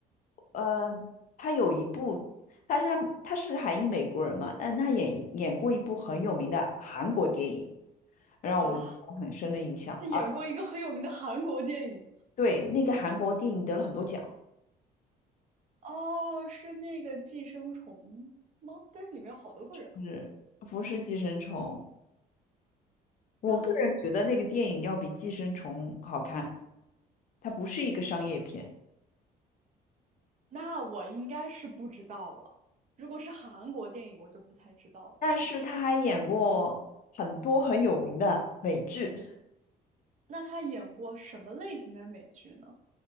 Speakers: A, on the left (about 50°); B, on the right (about 45°).
A: 呃，她有一部，但是她她是韩裔美国人嘛，但是她演演过一部很有名的韩国电影，
B: <laughs>
A: 让我留下很深的印象，
B: 啊。他演过一个很有名的韩国电影，
A: 啊，对，那个韩国电影得了很多奖，
B: 哦，是那个《寄生虫》吗？但是里面有好多个人。
A: 是不是《寄生虫》？我个人觉得那个电影要比《寄生虫》好看，
B: 那还有，
A: 它不是一个商业片，
B: 那我应该是不知道了。如果是韩国电影，我就不太知道了。
A: 但是他还演过很多很有名的美剧
B: 那他演过什么类型的美剧呢？